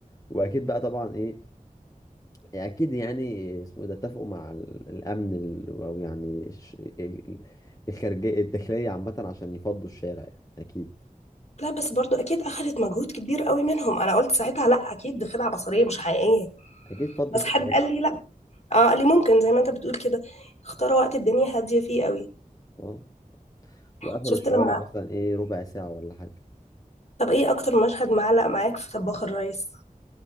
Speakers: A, on the left; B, on the left.
A: واكيد بقى طبعا ايه يعني اكيد يعني اسمه إيه ده اتفقوا مع ال- الامن ال- او يعني ش- ال- ال- الخارجيه الداخليه عامه عشان يفضوا الشارع يعني اكيد
B: لا بس برضو اكيد اخذت مجهود كبير قوي منهم انا قلت ساعتها لا اكيد دي خدعه بصريه مش حقيقيه
A: اكيد فضوا
B: بس
A: الشارع
B: حد قال لي لا اه قال لي ممكن زي ما انت بتقول كده اختاروا وقت الدنيا هاديه فيه قوي
A: اه وقفلوا
B: شفت
A: الشوارع
B: لما
A: مثلا ايه ربع ساعة ولا حاجة
B: طب ايه اكتر مشهد معلق معاك في طباخ الريس